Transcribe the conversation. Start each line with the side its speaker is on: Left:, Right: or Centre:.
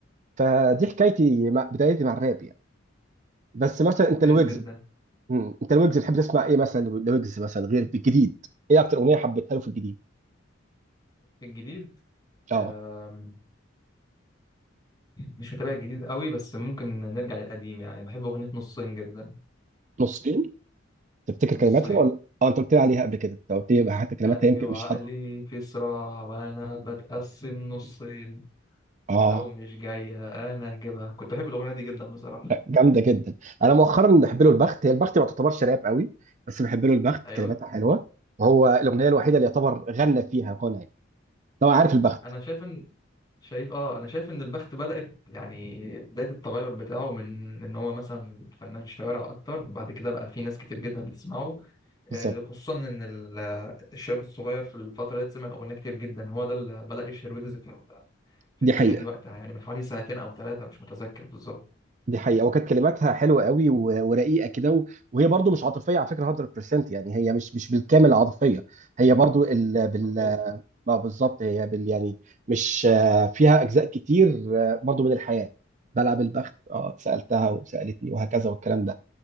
Right: فدي حكايتي مع بدايتي مع الراب يعني بس مثلا انت
Left: كويس
Right: الويجز
Left: جدا
Right: مم. انت الويجز بتحب تسمع ايه مثلا الويجز مثلا غير الجديد ايه اكتر اغنيه حبيتها له في الجديد
Left: في الجديد
Right: اه
Left: آم، مش متابع الجديد قوي بس ممكن نرجع للقديم يعني بحب اغنيه نصين جدا
Right: نصين تفتكر
Left: نصين
Right: كلماتها ولا اه انت قلت لي عليها قبل كده انت قلت لي حتى كلماتها
Left: قلبي
Right: يمكن
Left: وعقلي
Right: مش حاضره
Left: في صراع وانا بتقسم نصين
Right: اه
Left: لو مش جاية انا هجيبها كنت بحب الاغنية دي جدا بصراحة
Right: جامده جدا انا مؤخرا بحب له البخت هي البخت ما تعتبرش راب قوي بس بحب له البخت
Left: ايوه
Right: كلماتها حلوه وهو الاغنيه الوحيده اللي يعتبر غنى فيها غنى يعني طبعا عارف البخت
Left: انا شايف ان شايف اه انا شايف ان البخت بدأت يعني بداية التغير بتاعه من ان هو مثلا فنان شوارع اكتر بعد كده بقى في ناس كتير جدا بتسمعه آه،
Right: بالظبط
Left: خصوصا ان ال- الشباب الصغير في الفترة دي سمع الاغنية كتير جدا هو ده اللي بدأ يشهر ويجز في في الدنيا
Right: دي حقيقه
Left: دي وقتها يعني من حوالي سنتين او ثلاثة مش متذكر بالظبط
Right: دي حقيقه وكانت كلماتها حلوه قوي و- ورقيقه كده و- وهي برضو مش عاطفيه على فكره 100% يعني هي مش مش بالكامل عاطفيه هي برضو ال... بال...
Left: مظبوط
Right: ما بالظبط هي بال يعني مش آه، فيها اجزاء كتير آه، برضو من الحياه بلعب البخت اه سالتها وسالتني وهكذا والكلام ده